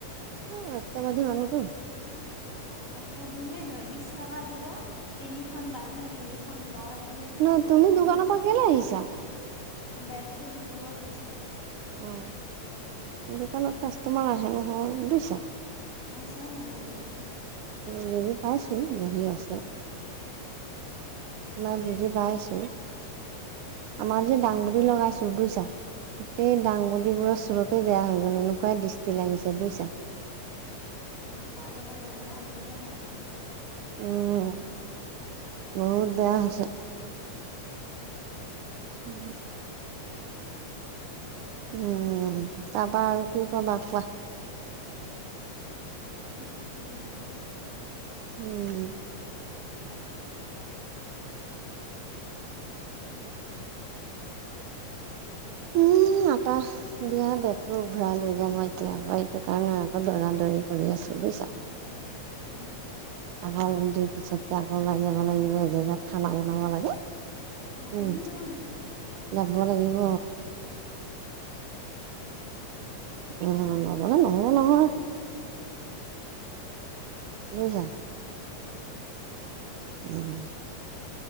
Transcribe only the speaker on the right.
অ', সত্যবাদী মা তামোলটো
ন
তুমি
দোকানৰ পৰা কেলে আহিছা
অ', দুটামান কাষ্টমাৰ আহে নহয় বুজিছা?
উম, বুজি পাইছোঁ। বহি আছে মই বুজি পাইছোঁ। আমাৰ যে দাংবদি লগাইছোঁ, বুজিছা? গোটেই
দাংবদিবোৰ চুৰতে বেয়া হৈ গ'ল। এনেকুৱাই দৃষ্টি লাগিছে, বুজিছা?
উম, বহুত বেয়া হৈছে। উম। উম, তাৰপৰা আৰু কি ক'বা? কোৱা
উম। উম, আটা দিয়া বেগটো ঘূৰাই লৈ যাম। মই এতিয়া, মই সেইটো কাৰণে আকৌ দৌৰা-দৌৰি কৰি আছোঁ, বুজিছা?
আকৌ মুখ ধুই, পিছত আকৌ ওলাই যাব লাগিব। এজেগাত খানা বনাব লাগে।
উম
যাব লাগিব।
অ', নগ'লে নহ'ব নহয়, বুজিছা? উম।